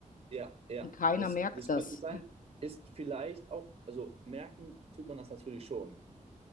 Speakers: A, on the right; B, on the left.
A: ja, ja,
B: Und keiner
A: das,
B: merkt
A: das
B: das.
A: könnte sein, ist vielleicht auch, also merken tut man das natürlich schon.